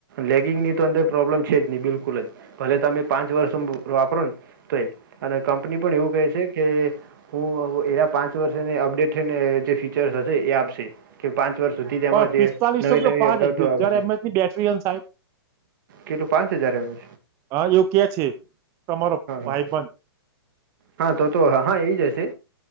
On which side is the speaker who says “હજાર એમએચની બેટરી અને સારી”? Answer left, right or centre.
Right